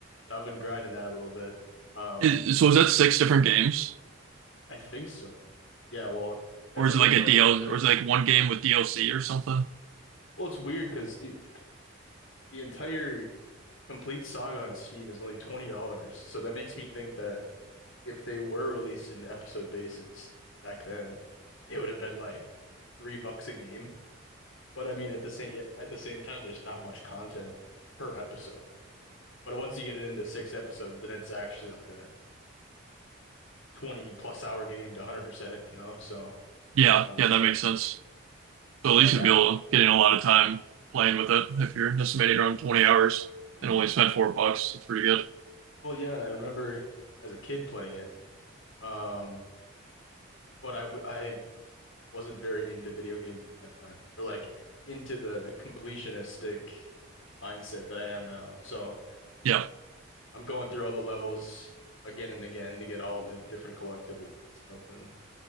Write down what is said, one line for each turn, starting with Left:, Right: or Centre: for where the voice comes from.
Left: So I've been grinding that a little bit. Um,
Right: Is, so is that six different games,
Left: I think so. Yeah, well, that's
Right: or is
Left: a good
Right: it like
Left: question
Right: a DL,
Left: because
Right: or is it like one game with DLC or something?
Left: well, it's weird because the the entire complete saga on Steam is only twenty dollars. So that makes me think that if they were released in episode basis back then, it would have been like three bucks a game. But I mean, at the same yeah, at the same time, there's not much content per episode. But once you get it into six episodes, then it's actually like a 20 plus hour game to 100% it, you know? So,
Right: Yeah,
Left: uh,
Right: yeah, that makes sense. So
Left: oh,
Right: at least
Left: yeah.
Right: you'll be able to a lot of time playing with it if you're estimating around 20 hours
Left: <clears throat>
Right: and only spent four bucks. It's pretty good.
Left: well, yeah. And I remember as a kid playing it. Um, but I, w- I wasn't very into video games at that time or like into the completionistic mindset that I am now. So
Right: Yeah.
Left: I'm going through all the levels again and again to get all the different collectibles and stuff. And